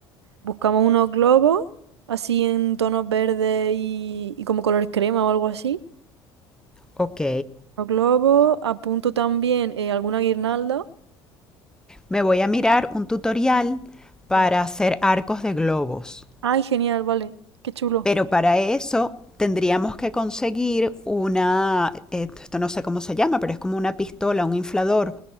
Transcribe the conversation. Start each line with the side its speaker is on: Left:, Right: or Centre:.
Right: Buscamos unos globos, así en tonos verdes y, y como colores crema o algo así.
Centre: Ok,
Right: Los globos, apunto también eh, alguna guirnalda.
Centre: me voy a mirar un tutorial para
Right: Vale.
Centre: hacer arcos de globos.
Right: Ay, genial, vale. Qué chulo.
Centre: Pero para eso tendríamos que conseguir una, eh, esto no sé cómo se llama, pero es como una pistola, un inflador